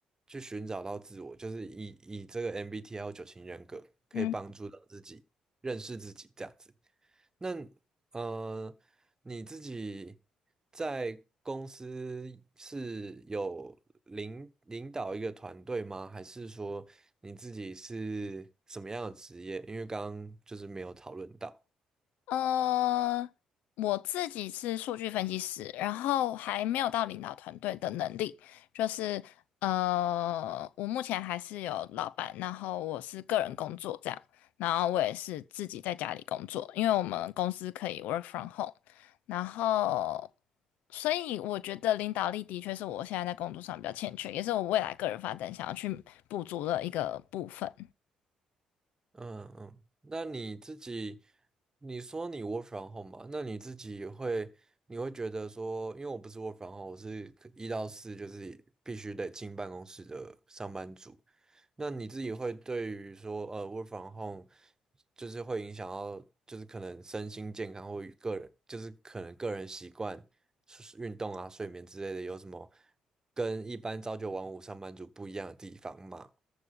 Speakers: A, on the right; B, on the left.
A: 去寻找到自我，就是以以这个 MBTI 九型人格可以帮助到自己认识自己这样子。
B: 嗯。
A: 那呃，你自己在公司是有领领导一个团队吗？还是说你自己是什么样的职业？因为刚刚就是没有讨论到。
B: 呃，我自己是数据分析师，然后还没有到领导团队的能力，就是呃，我目前还是有老板，然后我是个人工作这样，然后我也是自己在家里工作，因为我们公司可以 work from home，然后所以我觉得领导力的确是我现在在工作上比较欠缺，也是我未来个人发展想要去补足的一个部分。
A: 嗯嗯，那你自己，你说你 work from home 嘛？那你自己也会，你会觉得说，因为我不是 work from home，我是可一到四就是必须得进办公室的上班族。那你自己会对于说，呃，work from home 就是会影响到，就是可能身心健康或与个人，就是可能个人习惯、是运动啊、睡眠之类的，有什么跟一般朝九晚五上班族不一样的地方吗？